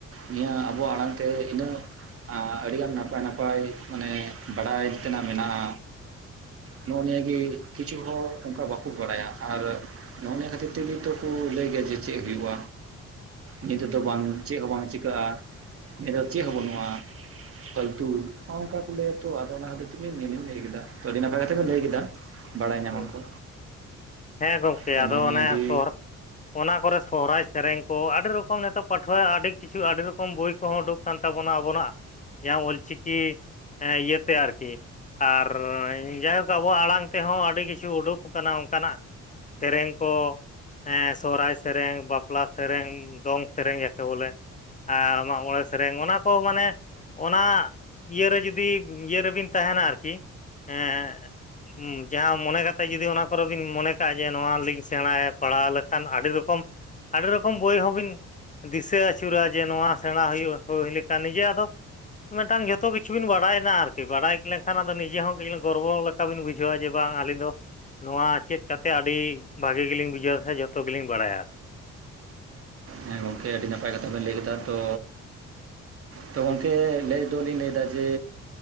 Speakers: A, on the right (about 45°); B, on the left (about 25°).
A: ᱱᱤᱭᱟᱹ ᱟᱵᱚᱣᱟᱜ ᱟᱲᱟᱝᱛᱮ ᱤᱱᱟᱹᱜ ᱟᱨ ᱟᱹᱰᱤᱜᱟᱱ ᱱᱟᱯᱟᱭ ᱱᱟᱯᱟᱭ ᱢᱟᱱᱮ ᱵᱟᱰᱟᱭ ᱛᱮᱱᱟᱜ ᱢᱮᱱᱟᱜᱼᱟ᱾ ᱱᱚᱜᱼᱚ ᱱᱤᱭᱟᱹ ᱜᱮ ᱠᱤᱪᱷᱩ ᱦᱚᱲ ᱚᱱᱠᱟ ᱵᱟᱠᱚ ᱵᱟᱰᱟᱭᱟ ᱟᱨᱼᱼ ᱱᱚᱜᱼᱚ ᱱᱤᱭᱟᱹ ᱠᱷᱟᱹᱛᱤᱨ ᱛᱮᱜᱮ ᱛᱚ ᱠᱚ ᱞᱟᱹᱭ ᱜᱮᱭᱟ ᱡᱮ ᱪᱮᱫ ᱦᱩᱭᱩᱜᱼᱟ ᱱᱤᱛᱚᱜ ᱫᱚ ᱵᱟᱝ ᱪᱮᱫ ᱦᱚᱸ ᱵᱟᱝ ᱪᱤᱠᱟᱹᱜᱼᱟ ᱟᱨ ᱪᱮᱫ ᱦᱚᱸ ᱵᱟᱹᱱᱩᱜᱼᱟ ᱯᱷᱟᱹᱞᱛᱩ ᱚᱱᱠᱟ ᱠᱚ ᱞᱟᱹᱭ ᱛᱚ ᱟᱫᱚ ᱚᱱᱟ ᱠᱷᱟᱹᱛᱤᱨ ᱛᱮᱜ ᱱᱮᱞᱤᱧ ᱞᱟᱹᱭ ᱠᱮᱫᱟ ᱛᱚ ᱟᱹᱰᱤ ᱱᱟᱯᱟᱭ ᱠᱟᱛᱷᱟ ᱞᱟᱹᱭ ᱠᱮᱫᱟ᱾ ᱵᱟᱲᱟᱭ ᱧᱟᱢᱟᱠᱚ
B: ᱦᱮᱸ ᱦᱮᱸ ᱜᱚᱝᱠᱮ
A: ᱛᱚ
B: ᱟᱫᱚ
A: ᱱᱚᱜ-ᱚ ᱱᱤᱭᱟᱹ
B: ᱚᱱᱮ
A: ᱜᱮ
B: ᱥᱚᱦᱨᱟᱭ ᱚᱱᱟ ᱠᱚᱨᱮ ᱥᱚᱦᱨᱟᱭ ᱥᱮᱨᱮᱧ ᱠᱚ ᱟᱹᱰᱤ ᱨᱚᱠᱚᱢ ᱱᱤᱛᱚᱜ ᱯᱟᱹᱴᱷᱩᱣᱟᱹ ᱟᱹᱰᱤ ᱠᱤᱪᱷᱩ ᱟᱹᱰᱤ ᱨᱚᱠᱚᱢ ᱵᱚᱦᱤᱭ ᱠᱚᱦᱚᱸ ᱩᱰᱩᱠ ᱠᱟᱱ ᱛᱟᱵᱚᱱᱟ ᱟᱵᱚᱱᱟᱜ ᱡᱟᱦᱟᱸ ᱚᱞ ᱪᱤᱠᱤ ᱦᱮᱸ ᱤᱭᱟᱹᱛᱮ ᱟᱨᱠᱤ ᱟᱨ ᱡᱟᱦᱟᱸᱭ ᱠᱚ ᱟᱵᱚᱣᱟᱜ ᱟᱲᱟᱝ ᱛᱮᱦᱚᱸ ᱟᱹᱰᱤᱼᱼ ᱟᱹᱰᱤ ᱠᱤᱪᱷᱩ ᱩᱰᱩᱠ ᱟᱠᱟᱱᱟ ᱚᱱᱠᱟᱱᱟᱜ ᱥᱮᱨᱮᱧ ᱠᱚ᱾ ᱦᱮᱸ ᱥᱚᱦᱚᱨᱟᱭ ᱥᱮᱨᱮᱧ, ᱵᱟᱯᱞᱟ ᱥᱮᱨᱮᱧ, ᱫᱚᱝ ᱥᱮᱨᱮᱧ ᱮᱤᱥᱮ ᱵᱚᱞᱮ ᱟᱨ ᱢᱟᱜ ᱢᱚᱬᱮ ᱥᱮᱨᱮᱧ ᱚᱱᱟ ᱠᱚ ᱢᱟᱱᱮ ᱚᱱᱟ ᱤᱭᱟᱹᱨᱮ ᱡᱩᱫᱤ ᱤᱭᱟᱹᱨ ᱨᱮᱵᱤᱱ ᱛᱟᱦᱮᱱᱟ ᱟᱨᱠᱤ᱾ ᱦᱮᱸ ᱦᱮᱸ ᱦᱩᱸ ᱡᱟᱦᱟᱸ ᱢᱚᱱᱮ ᱠᱟᱛᱮ ᱡᱩᱫᱤ ᱚᱱᱟ ᱠᱚᱨᱮ ᱵᱤᱱ ᱢᱚᱱᱮ ᱠᱟᱜᱼᱟ ᱡᱮ ᱱᱚᱣᱟ ᱞᱤᱧ ᱥᱮᱬᱟᱭ ᱯᱟᱲᱦᱟᱣ ᱞᱮᱠᱷᱟᱱ ᱟᱹᱰᱤ ᱨᱚᱠᱚᱢ ᱟᱹᱰᱤ ᱨᱚᱠᱚᱢ ᱵᱩᱦᱤᱭ ᱦᱚᱸᱵᱤᱱ ᱫᱤᱥᱟᱹ ᱟᱹᱪᱩᱨᱟ ᱡᱮ ᱱᱚᱣᱟ ᱥᱮᱬᱟ ᱦᱩᱭᱩᱜ ᱦᱩᱭ ᱞᱮᱠᱟ ᱱᱤᱡᱮ ᱟᱫᱚ ᱢᱮᱫᱴᱟᱝ ᱡᱚᱛᱚ ᱠᱤᱪᱷᱩ ᱵᱤᱱ ᱵᱟᱲᱟᱭᱮᱱᱟ ᱟᱨᱠᱤ ᱵᱟᱲᱟᱭ ᱞᱮᱱᱠᱷᱟᱱ ᱟᱫᱚ ᱱᱤᱡᱮ ᱦᱚᱸ ᱜᱚᱨᱵᱚ ᱞᱮᱠᱟ ᱵᱤᱱ ᱵᱩᱡᱷᱟᱹᱣᱟ᱾ ᱡᱮ ᱵᱟᱝ ᱟᱹᱞᱤᱧ ᱫᱚ, ᱱᱚᱣᱟ ᱪᱮᱫ ᱠᱟᱛᱮ ᱟᱹᱰᱤ ᱵᱷᱟᱜᱤ ᱜᱮᱞᱤᱧ ᱵᱩᱡᱷᱟᱹᱣ ᱥᱮ ᱡᱚᱛᱚ ᱜᱮᱞᱤᱧ ᱵᱟᱰᱟᱭᱟ᱾
A: ᱦᱮᱸ ᱜᱚᱝᱠᱮ ᱟᱹᱰᱤ ᱱᱟᱯᱟᱭ ᱠᱟᱛᱷᱟ ᱵᱮᱱ ᱞᱟᱹᱭ ᱞᱮᱫᱟ ᱛᱚ᱾ ᱛᱚ ᱜᱚᱢᱠᱮ ᱞᱟᱹᱭ ᱫᱚᱞᱤᱧ ᱞᱟᱹᱭᱫᱟ ᱡᱮ,